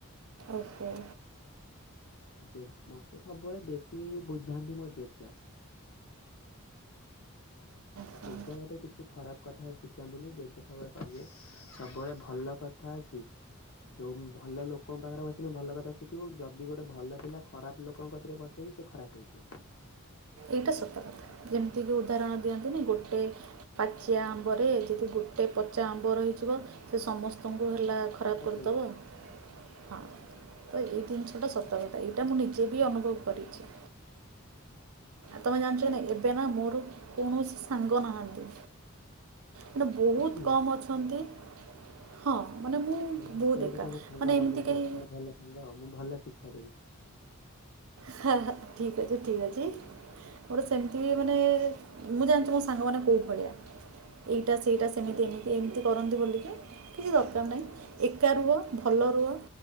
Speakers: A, on the right (about 80°); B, on the left (about 70°).
A: ଓହୋ।
B: ଜେ ମତେ ସବୁବେଳେ ବେଶୀ ବୁଝାନ୍ତି ମୋ ଜେଜ।
A: ହଁ
B: ଜେଜ ମତେ କିଛି ଖରାପ କଥା ଶିଖାନ୍ତିନି ଜେଜେ ସବୁବେଳେ କହିବେ। ସବୁବେଳେ ଭଲ କଥା ଶିଖି। ଯୋଉ ଭଲ ଲୋକଙ୍କ ପାଖରେ ବସିଲେ ଭଲ କଥା ଶିଖିବୁ ଯଦି ଗୋଟେ ଭଲ ପିଲା ଖରାପ ଲୋକଙ୍କ କତିରେ ବସେବି ସେ ଖରାପ ହେଇଯିବ।
A: ଏଇଟା ସତ କଥା ଯେମିତିକି ଉଦାହରଣ ଦିଅନ୍ତିନି ଗୋଟେ ପାଚିଆ ଆମ୍ବରେ ଯଦି ଗୋଟେ ପଚା ଆମ୍ବ ରହିଯିବ ସେ ସମସ୍ତଙ୍କୁ ହେଲା। ଖରାପ
B: ପଚେଇଦବ
A: କରିଦବ। ହଁ ତ ଏଇ ଜିନିଷଟା ସତ କଥା ଏଇଟା ମୁଁ ନିଜେ ବି ଅନୁଭବ କରିଛି। ତମେ ଜାଣିଛ ଏବେ ନା ମୋର କୌଣସି ସାଙ୍ଗ ନାହାନ୍ତି। ମାନେ ବହୁତ
B: ଏକଲା
A: କମ ଅଛନ୍ତି ହଁ ମାନେ ମୁଁ
B: ହଉ ମତେ
A: ବହୁତ
B: ଗୋଟେ
A: ଏକା
B: ତମେ ସାଙ୍ଗ
A: ମାନେ ଏମିତି
B: ବନେଇ ଦିଅ
A: କେହି
B: ତମର ଭଲ ସାଙ୍ଗ ଆ ମୁଁ ଭଲ ଶିକ୍ଷା ଦେବି।
A: ହଁ ହ ଠିକ ଅଛି ଠିକ୍ ଅଛି। ମୋର ସେମିତି ମାନେ ମୁଁ ଜାଣିଛି ମୋ ସାଙ୍ଗ ମାନେ କୋଉ ଭଳିଆ। ଏଇଟା ସେଇଟା ସେମିତି ଏମିତି ଏମିତି କରନ୍ତୁ ବୋଲିକି କିଛି ଦରକାର ନାହିଁ ଏକା ରୁହ ଭଲ ରୁହ।